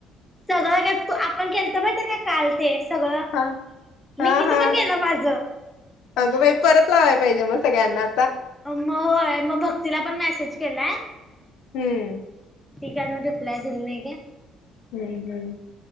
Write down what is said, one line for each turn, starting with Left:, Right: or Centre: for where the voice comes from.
Centre: सगळं <unintelligible> आपण केलत माहित आहे काय काल ते. सगळं
Left: हा हा
Centre: निकीच
Left: हा
Centre: पण गेलं माझ.
Left: अगं बाई परत लावाय पाहिजे मग सगळ्यांना.
Centre: अ म होय मग भक्तीला पण मॅसेज केलाय?
Left: हम्म.
Centre: ती काय अजून रिप्लाय दिली नाही ग.
Left: हम्म हम्म.